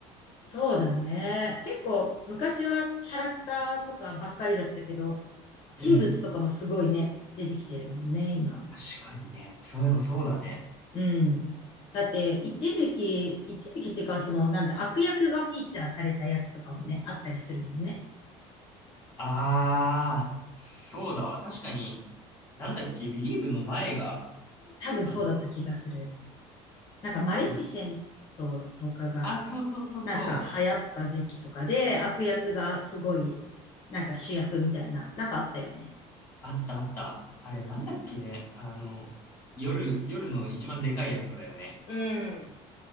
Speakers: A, on the left (about 35°); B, on the left (about 15°).
A: そうだね。結構、昔はキャラクターとかばっかりだったけど、人物とかもすごいね、
B: うん。
A: 出てきてるもんね、今。
B: 確かにね。そういえばそうだね。
A: うん。だって、一時期、一時期っていうか、その、なんだ、悪役がフィーチャーされたやつとかもね、あったりするもんね。
B: あー、そうだわ。確かに、なんだっけ、ビリーブの前が、
A: 多分そうだった気がする。
B: あの、
A: なんかマレフィセントとかが、
B: あれ、あ、そうそうそうそう。
A: なんか流行った時期とかで、悪役がすごい、なんか主役みたいな、なんかあったよね。
B: あったあった。あれなんだっけね。あの、夜、夜の一番でかいやつだよね。
A: うん。